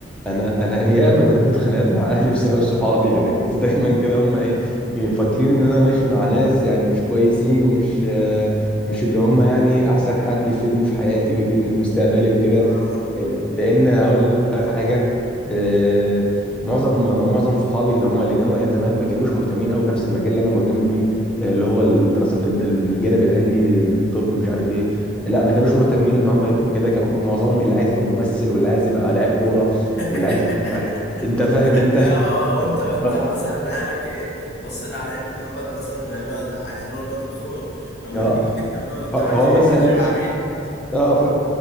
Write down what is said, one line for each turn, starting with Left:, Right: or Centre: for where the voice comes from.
Centre: انا انا ياما دبيت خناقات مع اهلي بسبب صحابي يعني كنت دايما كده هم ايه مفكرين ان انا ماشي مع ناس يعني مش كويسين ومش آه، مش اللي هم يعني احسن حد يفيدني في حياتي ويفيدني في مستقبلي وكده
Left: آه.
Centre: لان هقول لك حاجه
Left: آه.
Centre: آه، معظم معظم صحابي اللي هم اللي كانوا ايام زمان ما كانوش مهتمين قوي بنفس المجال اللي انا مهتم بيه آه، اللي هو الدراسات الد- الجانب العلمي الطب مش عارف ايه لا
Left: آه.
Centre: ما كانوش مهتمين ان هم يبقوا كده كانوا كل معظمهم اللي عايز يبقى ممثل واللي عايز يبقى لاعب كوره
Left: <laughs>
Centre: واللي عايز يبقى مش عارف إيه. انت فاهم
Left: اه
Centre: انت <laughs>
Left: آه، وانت وانت
Centre: آه،
Left: مثلا اهلك ايه بصينا على ان محمد مثلا هيبقى عايزينه يبقى دكتور <laughs> أما
Centre: اه
Left: انت
Centre: ف-
Left: ماشي
Centre: فهو مثلا
Left: ماشي مع مين؟
Centre: اه ف...